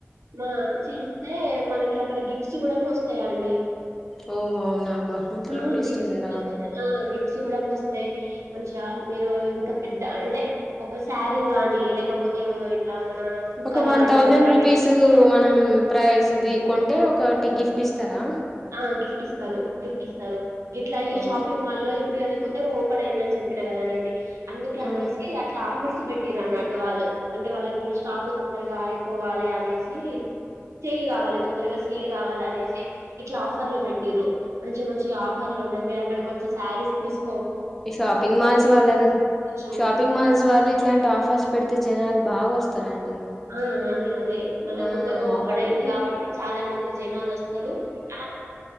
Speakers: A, on the right; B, in the centre.
A: ఆ చే స్తె మనకి అక్కడ గిఫ్ట్స్ కూడా వస్తాయండి
B: ఓ అవునా బహుమంతులు
A: ఆ
B: కూడా
A: గిఫ్ట్స్
B: ఇస్తున్నార
A: ఆ గిఫ్ట్స్ కూడా ఇస్ స్థాయి మంచిగా మీరు ఇంకా పెద్ద అంటే ఒక శారీ గాని లేకపోతే ఇట్లా మన కుక్కర్
B: ఒక వన్
A: లాంటివి
B: థౌజండ్
A: గాని
B: రూపీస్ మనం ప్రైస్ ది కొం టే ఒకటి గిఫ్ట్ ఇస్తారా
A: ఆ గిఫ్ట్ ఇస్తారు గిఫ్ట్ ఇస్తారు ఇట్లా ఈ
B: ఓకే
A: షాపింగ్ మాల్ల్లో ఇప్పుడు అది కొత్తగా ఓపెన్ అయిందని చెప్పిన కదా అనండి అందుకే
B: ఆ,
A: అనేసి అట్లా ఫర్సు పెట్టిరన్నట్టు వాళ్ళు అంటే వాళ్ళకి స్టాకు తొందరగా అయిపోవాలి అనేసి సేలు కావాలి తొందరగా సెల్ కావాలనేసి ఇట్లా ఆఫర్లు పెట్టిర్రు మంచి మంచి ఆఫర్లు ఉన్నాయి మీరు అక్కడికి వచ్చి శారీస్ తీస్
B: షాపింగ్ మాల్స్ వాళ్ళ
A: చ్చు
B: షాపింగ్ మాల్స్ వాళ్ళు ఇట్లాంటి ఆఫర్స్ పెడితే జనాలు బాగా వస్తారండి
A: ఆ అదే అదే మళ్ళీ
B: ఆ
A: కొత్తగా ఓపెన్
B: వాళ్ళు
A: అయింది కాబట్టి చాలా మంది జనాలు వస్తారు అ